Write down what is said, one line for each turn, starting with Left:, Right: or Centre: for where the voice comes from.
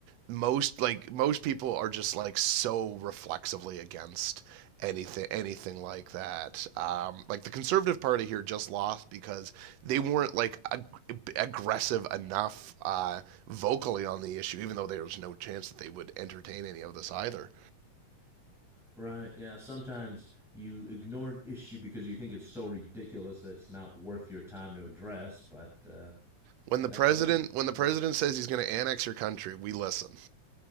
Right: most like most people are just like so reflexively against anything anything like that. Um, like the Conservative Party here just lost because they weren't like ag- aggressive enough uh, vocally on the issue, even though there was no chance that they would entertain any of this either.
Centre: Right. Yeah. Sometimes you ignore an issue because you think it's so ridiculous that it's not worth your time to address. But uh,
Right: When
Centre: that
Right: the president
Centre: that's a
Right: when the
Centre: yeah.
Right: president says he's going to annex your country, we listen.